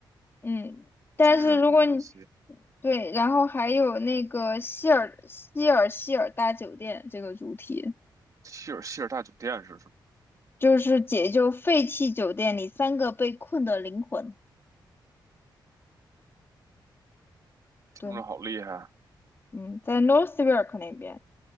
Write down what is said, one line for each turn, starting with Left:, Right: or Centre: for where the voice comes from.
Left: 嗯，但是如果你
Right: 真人的解析，
Left: 对，然后还有那个希尔希尔希尔大酒店这个主题，
Right: 希尔希尔大酒店是什么？
Left: 就是解救废弃酒店里三个被困的灵魂。
Right: 听着好厉害
Left: 对，嗯，在 Northwark 那边，